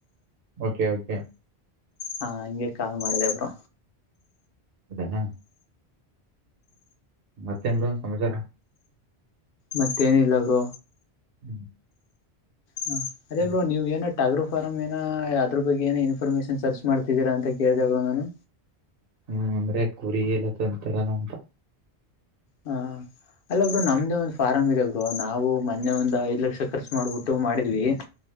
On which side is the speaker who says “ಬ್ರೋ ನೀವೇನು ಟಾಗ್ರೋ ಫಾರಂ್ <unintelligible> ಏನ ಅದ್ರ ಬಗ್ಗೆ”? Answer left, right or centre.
Left